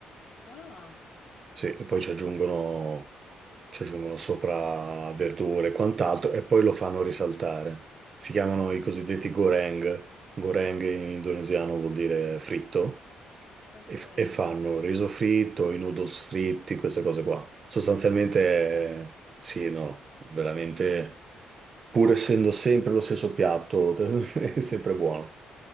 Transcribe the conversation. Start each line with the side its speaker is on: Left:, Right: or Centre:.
Left: Ah,
Right: sì, e poi ci aggiungono ci aggiungono sopra verdure e quant'altro e poi lo fanno risaltare. Si chiamano i cosiddetti goreng. Goreng in indonesiano vuol dire fritto
Left: okay,
Right: e, f- e fanno il riso fritto, i noodles fritti, queste cose qua. Sostanzialmente,
Left: che buono.
Right: eh, sì, e no, veramente,
Left: <laughs> Mh-mh.
Right: pur essendo sempre lo stesso piatto, <laughs> è sempre buono.